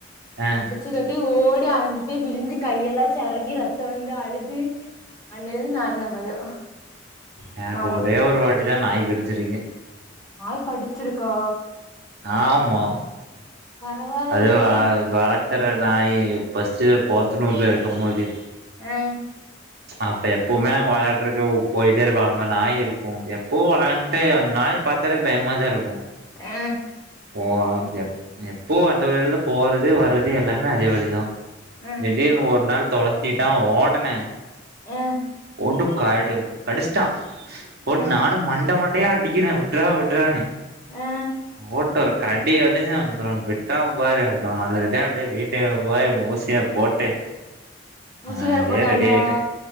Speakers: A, on the right (about 55°); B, on the left (about 20°).
A: ஆ
B: அடிச்சு கட்டி ஓடி அங்குட்டுபோய் விழுந்து கையெல்லா செரங்கி ரத்தோ வந்து அழுது அன்னைலந்து நாய்னா பயோ
A: எனக்கு
B: ஆமா
A: ஒரே ஒரு வாட்டி தா நாய் கடிச்சிருக்கு
B: நாய் கடிச்சிருக்கா
A: ஆமா
B: பரவால்லயே
A: அது வ அது வள க்குற நாயி ஃபஸ்ட்டு போத்துனூர்ல இருக்கும்போது
B: அ
A: அப்ப எப்போமே நாங்க வெளயாண்ட்டுருக்கு போய்ட்டே இருப்போ அங்க நாய் இருக்கு எப்போவு வெளாண்ட்டு நாய் பாத்தாலே பயமாதா இருக்கு
B: ஆ
A: ஓ அப்டியா எப்பவு அந்த வழில தா போறது வர்றது எல்லாமே அதே வழி தா
B: அ
A: திடீர்னு ஒரு நாள் தொரத்திட்டா ஓடுனே
B: ஆ
A: போட்டு கடு கடுச்சுட்டா போட்டு
B: அ
A: நானு மண்ட மண்டயா அடிக்கிறே விட்றா விட்றானு
B: ஆ
A: போட்டு ஒரு கடி கடிச்சு அப்றோ விட்டாபாரு அப்றோ அழுதுட்ட அப்டியே வீட்டுக்கு போயி ஊசிய போட்டு ஆ
B: ஊசி வேற
A: அப்டியே
B: போட்டாங்களா
A: ரெடி ஆய்ட்டே